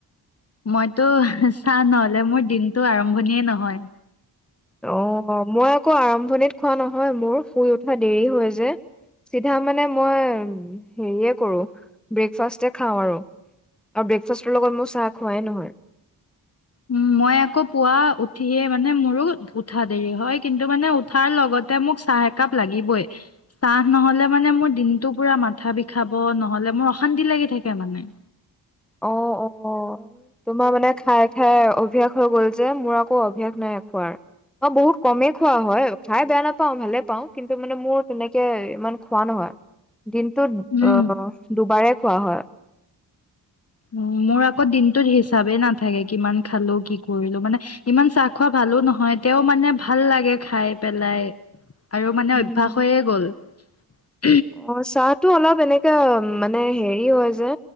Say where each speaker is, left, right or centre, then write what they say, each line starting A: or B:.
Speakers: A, on the left; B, in the centre.
A: মইতো চা নহলে মোৰ দিনতটো আৰম্ভণিয়ে নহয়।
B: অ, বাৰু মই। আকৌ আৰম্ভণিত খোৱা নহয় মোৰ। শুই উঠা দেৰি হয় যে। চিধা মানে মই হেৰিয়ে কৰো ব্ৰেকফাষ্টে খাওঁ, আৰু ব্ৰেকফাষ্টৰ লগত মোৰ চাহ খোৱাই নহয়।
A: উম, মই আকৌ পুৱা উঠিয়ে মানে মোৰো উঠা দেৰি হয়। কিন্তু মানে উঠাৰ লগতে মোক চাহ একাপ লাগিবই। চাহ নহ'লে মানে মোৰ দিনটো পুৰা মাথা বিষাব। নহ'লে মোৰ অশান্তি লাগি থাকে মানে।
B: অ, অ তোমাৰ মানে খাই, খাই অভ্যাস হৈ গল যে। মোৰ আকৌ অভ্যাস নাই। খোৱাৰ অ বহুত কমেই খোৱা হয়। খাই বেয়া নাপাওঁ ভালে পাওঁ। কিন্তু মানে মোৰ তেনেকে ইমান খোৱা নহয়। দিনটোত
A: উম,
B: অহ দুবাৰে খোৱা হয়।
A: উম, মোৰ আকৌ দিনটোত হিচাবেই নাথাকে কিমান খালো। কি কৰিলো মানে ইমান চাহ খোৱা ভালো নহয়। তেওঁ মানে ভাল লাগে খাই পেলাই। আৰু মানে
B: উম।
A: অভ্যাস হৈয়ে গ'ল। <unintelligible>
B: অ চাত চাহ টো অলপ এনেকােৱা মানে হেৰি হয় যে।